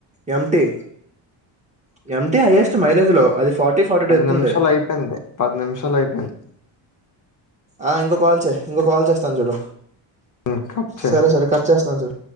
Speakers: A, on the right (about 15°); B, on the left (about 40°).
A: ఏం టి ఏం టి హైయెస్ట్ మైలేజ్ లో అది ఫార్టీ ఫార్టీ టూ వతుంది
B: నిమిషాలయిపోయింది. నిమిషాలయిపోయింది.
A: ఆ ఇంకో కాల్ చేయి ఇంకో కాల్ చేస్తాను చూడు
B: హ్మ్. కట్ చెయ్.
A: సరే సరే కట్ చేస్తాను చూడు